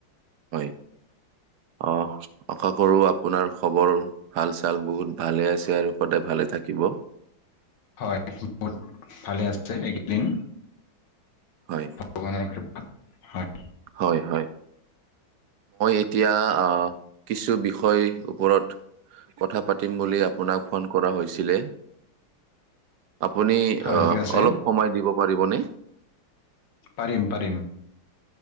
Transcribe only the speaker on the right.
হয়, অ'। আশা কৰোঁ আপোনাৰ খবৰ ভাল-চাল বহুত ভালে আছে, আৰু সদায় ভালে থাকিব।
হয়
হয়, হয়। এতিয়া আহ বিষয় ওপৰত কথা পাতিম বুলি আপোনাক ফোন কৰা হৈছিলে। আপুনি
অ',
অলপ সময় দিব পাৰিবনে?